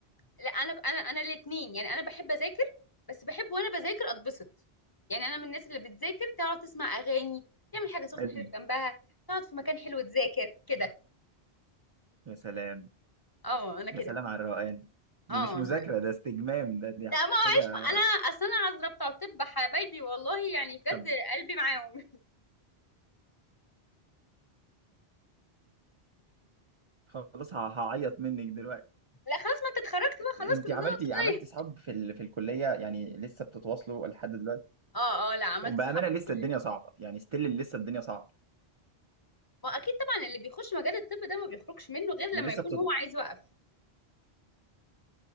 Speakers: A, on the left; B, on the right.
A: لا انا انا انا الاثنين يعني انا بحب اذاكر بس بحب وانا بذاكر اتبسط يعني انا من الناس اللي بتذاكر تقعد تسمع اغاني تعمل حاجه سخنه
B: حلو.
A: حلوه جنبها تقعد في مكان حلو تذاكر كده
B: يا سلام
A: اه انا كده
B: يا سلام على الروقان دي
A: اه
B: مش مذاكرة
A: انا
B: ده استجمام ده دي
A: لا ما معيش
B: حاجة
A: ما انا اصل انا عذره بتوع طب حبايبي والله يعني بجد
B: طب
A: قلبي معاهم
B: خلاص ه- هعيط منك دلوقتي
A: <laughs> لا خلاص ما انت اتخرجت بقى خلاص
B: انت
A: كل
B: عملتي
A: سنه وانت طيب
B: عملتي صحاب في ال... في الكلية يعني لسه بتتواصلوا لحد دلوقتي
A: اه اه لا عملت
B: وبأمانة
A: اصحاب في
B: لسه
A: الكليه
B: الدنيا صعبة يعني ستيل لسه الدنيا صعبة
A: واكيد طبعا اللي بيخش مجال الطب ده ما بيخرجش منه غير
B: ولسه
A: لما يكون
B: بتتواصلوا
A: هو عايز يوقف